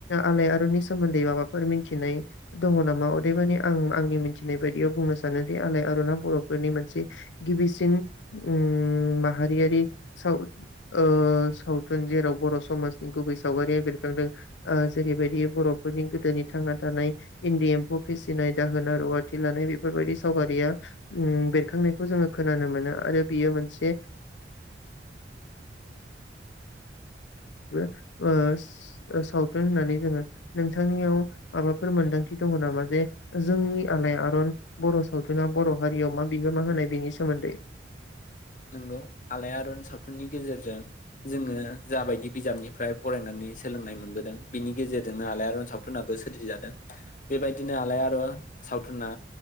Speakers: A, on the left (about 85°); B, on the left (about 45°).
A: आलायारननि सोमोन्दै माबाफोर मिथिनाय दङ' नामा अदेबानि आं आंनि मिथिनाय बायदियाव बुंनो सानो बे आलायआरना बर'फोरनि मोनसे गिबिसिन उम माहारियारि साव ओ सावथुन जेराव बर' समाजनि गुबै सावगारिया बेरखांदों जेरैबायदि बर'फोरनि गोदोनि थांना थानाय इन्दि एम्फौ फिसिनाय दाहोना रुवाथि लानाय बेफोरबायदि सावगारिया उम बेरखांनायखौ जोङो खोनानो मोनो आरो बेयो मोनसे बो ओ सो सावथुन होननानै जोङो नोंथांनियाव माबाफोर मोनदांथि दङ' नामा जे जोंनि आलायारन बर' सावथुना बर' हारियाव मा बिहोमा होनाय बेनि सोमोन्दै?
B: नंगौ आलाय आरन सावथुननि गेजेरजों जोङो जाबायदि बिजाबनिफ्राय फरायनानै सोलोंनाय मोनबोदों बिनि गेजेरजोंनो आलायारन सावथुनाबो सोरजिजादों। बेबायदिनो आलायारन सावथुना